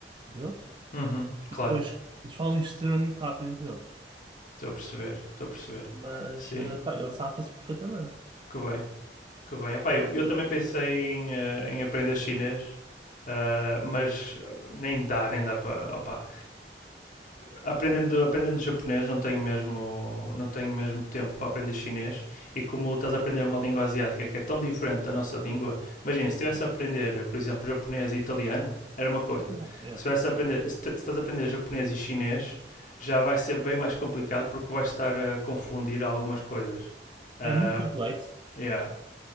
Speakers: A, on the right (about 25°); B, on the left (about 50°).
A: deles
B: Uhum,
A: e
B: claro,
A: depois eles falam extremamente rápido entre eles.
B: estou a perceber, estou a perceber.
A: Mas
B: Sim,
A: eh, pá, ele safa-se perfeitamente.
B: que bem. Que bem. Epá, eu, eu também pensei em, eh, em aprender chinês, ah, mas eh, nem dá, nem dá para. opá. Aprendendo, aprendendo japonês, não tenho, mesmo, não tenho mesmo tempo para aprender chinês. E como estás a aprender uma língua asiática que é tão diferente da nossa língua, imagina, se estivesse
A: Uhum.
B: a aprender, por exemplo, japonês e italiano, era uma coisa.
A: Yeah, yeah.
B: Se, estivesse a aprender, se t- se estás a aprender japonês e chinês, já vai ser bem mais complicado porque vais estar a confundir algumas coisas. Ah,
A: É muito complexo.
B: Yeah.